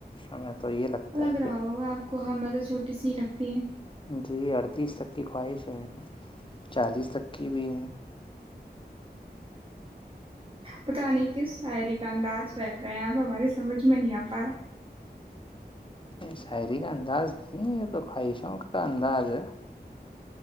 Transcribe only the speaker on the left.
ہمیں تو یہ لگتا
ہے
کہ
جی ارتیس تک کی خواہش ہے چالیس تک کی ہوئی
شاعری کا انداز نہیں ہے یہ تو خواہشوں کا انداز ہے